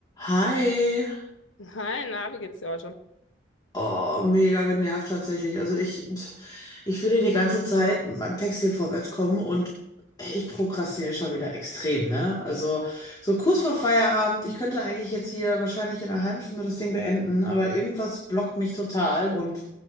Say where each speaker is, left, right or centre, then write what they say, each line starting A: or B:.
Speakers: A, on the left; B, on the left.
A: Hi.
B: Hi, na, wie geht's dir heute?
A: Oh, mega genervt tatsächlich. Also ich, ich will hier die ganze Zeit mit meinem Text hier vorwärts kommen und ich prokrastiniere schon wieder extrem, ne? Also so kurz vor Feierabend, ich könnte eigentlich jetzt hier wahrscheinlich in einer halben Stunde das Ding beenden, aber irgendwas blockt mich total und